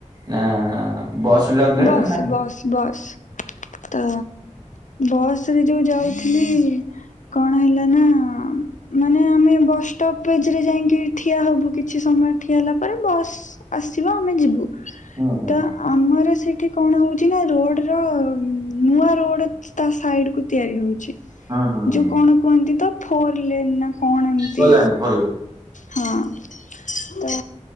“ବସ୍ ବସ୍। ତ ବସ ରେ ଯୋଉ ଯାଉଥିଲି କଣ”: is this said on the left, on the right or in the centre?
Left